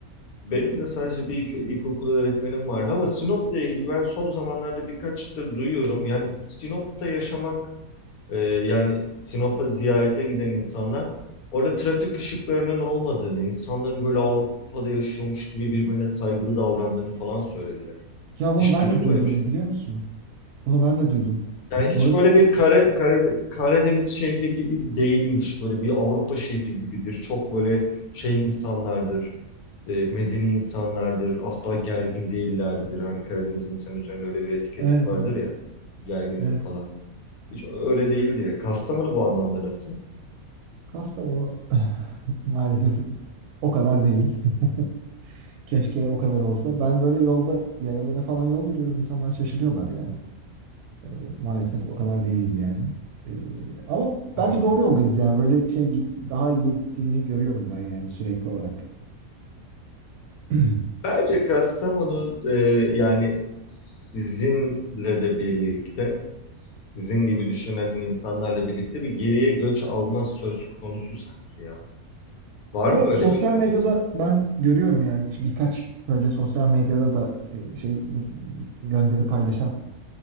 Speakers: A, on the left (about 80°); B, on the right (about 85°).
A: Benim de sadece bir ilk, ilkokul öğretmenim vardı ama Sinop'la ilgili ben son zamanlarda birkaçtır duyuyorum. Yani Sinop'ta yaşamak, e, yani Sinop'a ziyarete giden insanlar orada trafik ışıklarının olmadığını, insanların böyle Avrupa'da yaşıyormuş gibi birbirine saygılı davrandığını falan söylediler.
B: Ya bunu
A: Hiç
B: ben
A: duydun
B: de
A: mu
B: duydum
A: böyle bir şey?
B: biliyor musun? Bunu ben de duydum.
A: Yani hiç
B: Burada
A: böyle bir Kara, Kara- Karadeniz şehri gibi değilmiş. Böyle bir Avrupa şehri gibidir. Çok böyle şey insanlardır. E, medeni insanlardır. Asla gergin değillerdir. Hani Karadeniz insanın üzerinde öyle bir etiket
B: evet
A: vardır
B: evet
A: ya. Gergindir
B: evet.
A: falan. Hiç öyle değil diye. Kastamonu bu anlamda nasıl? <laughs>
B: Kastamonu <laughs> maalesef o kadar değil. <laughs> Keşke o kadar olsa. Ben böyle yolda yayalara falan yol veriyorum. İnsanlar şaşırıyorlar yani. Ee, maalesef o kadar değiliz yani. Ee, ama bence
A: Aha.
B: doğru yoldayız yani. Böyle şey git- daha iyiye gittiğini görüyorum ben yani sürekli olarak. <clears throat>
A: Bence Kastamonu e, yani sizinle de birlikte sizin gibi düşünen insanlarla birlikte bir geriye göç alma söz konusu sanki ya. Var
B: Evet
A: mı öyle
B: sosyal
A: bir
B: medyada
A: gözlem?
B: ben görüyorum yani işte birkaç böyle sosyal medyada da e, şey gönderi paylaşan